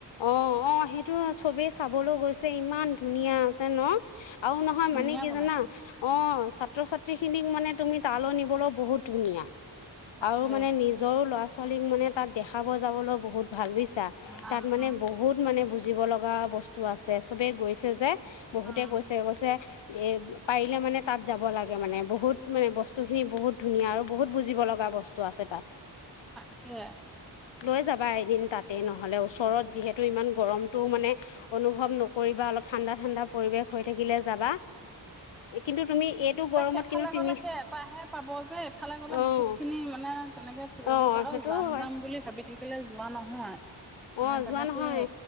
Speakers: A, on the left; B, in the centre.
A: অ' অ' সেইটো চবেই চাবলৈ গৈছে ইমান ধুনীয়া আছে ন। আৰু নহয়
B: ধুনীয়া
A: মানে কি
B: বনাইছে
A: জানা অ' ছাত্ৰ-ছাত্ৰী খিনিক মানে তুমি তালৈ নিবলৈও বহুত ধুনীয়া
B: তাকে
A: আৰু মানে নিজৰো ল'ৰা ছোৱালীক মানে তাত দেখাব যাবলৈ বহুত ভাল বুইছে।
B: ভাল
A: চাহ মানে
B: উম
A: বহুত মানে <unintelligible> বুজিব লগা বস্তু আছে সবেই গৈছে যে। বহুতে
B: উম
A: কৈছে, কৈছে এ পাৰিলে মানে তাত যাব লাগে মানে বহুত মানে বস্তুখিনি বহুত ধুনীয়া আৰু বহুত বুজিব লগা বস্তু আছে তাত।
B: তাকে
A: লৈ যাবা এদিন তাতে নহলেই ওচৰত যিহেতু ইমান গৰমটো মানে অনুভৱ নকৰিবা অলপ ঠাণ্ডা ঠাণ্ডা পৰিৱেশ হৈ থাকিলে যাবা কিন্তু তুমি এইটো
B: তাক
A: গৰমত
B: সেইফালে
A: কিন্তু তিনি
B: গলে সেই এটাহে পাব যে এইফালে গলে
A: অঁ
B: বহুত খিনি মানে তেনেকে
A: অঁ
B: আৰু
A: সেইটোও
B: যাম
A: হয়
B: যাম বুলি ভাবি থাকি <unintelligible> যোৱা নহয় মানে
A: অঁ
B: তেনেকে
A: যোৱা নহয়